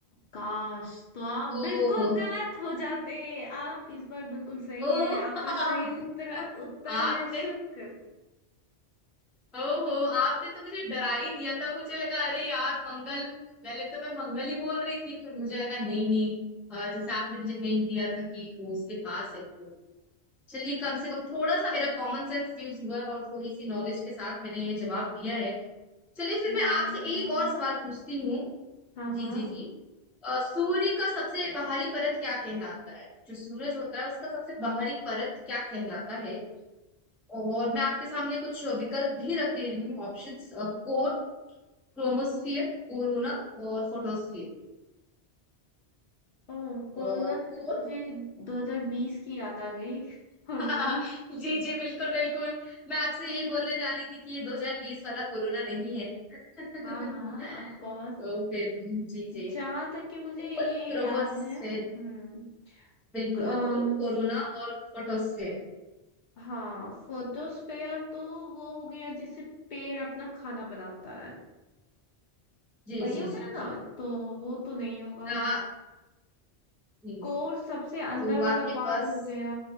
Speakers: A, on the left; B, in the centre.
A: काश तो आप
B: ओ
A: बिल्कुल
B: हो
A: गलत हो जाते आप इस बार बिल्कुल सही
B: ओ <laughs>
A: है आपका सही उत्तर उत्तर
B: आपने
A: है शुक्र
B: ओहो आपने तो मुझे डरा ही दिया था मुझे लगा अरे यार मंगल पहले तो मैं मंगल ही बोल रही थी फिर मुझे लगा नहीं नहीं अ, जैसे आपने मुझे हिंट दिया था कि वो उसके पास है तो चलिए कम से कम थोड़ा सा मेरा कॉमन सेंस यूज हुआ है और थोड़ी सी नॉलेज के साथ मैंने ये जवाब दिया है चलिए फिर मैं
A: नहीं
B: आपसे
A: नहीं
B: एक और सवाल पूछती हूँ
A: हाँ
B: जी
A: हाँ
B: जी जी अ, सूर्य का सबसे बाहरी परत क्या कहलाता है जो सूरज होता है उसका सबसे बाहरी परत क्या कहलाता है और मैं आपके सामने कुछ विकल्प भी रख दे रही हूँ ऑप्शंस कोर क्रोमोस्फियर कोरोना और फोटोस्फियर
A: ओ कोरोना
B: कोर
A: से तो मुझे 2020 की याद आ गई <laughs> कोरोना
B: <laughs> जी जी बिल्कुल बिल्कुल मैं आपसे यही बोलने जा रही थी कि ये 2020 वाला कोरोना नहीं है <laughs>
A: हाँ हाँ ऑफ कोर्स
B: तो फिर जी जी
A: जहां तक कि मुझे
B: कोर
A: ये
B: क्रोमोस्फेयर
A: याद है हम्म
B: बिल्कुल
A: क- अ,
B: बिल्कुल कोरोना और फोटोस्फेयर
A: हाँ फोटोस्फेयर तो वो हो गया जिससे पेड़ अपना खाना बनाता है
B: जी
A: वही
B: जी
A: हो
B: जी
A: गया ना
B: जी
A: तो वो तो नहीं होगा
B: हाँ जी।
A: कोर सबसे अंदर
B: तो
A: वाला
B: आपके
A: पार्ट
B: पास
A: हो गया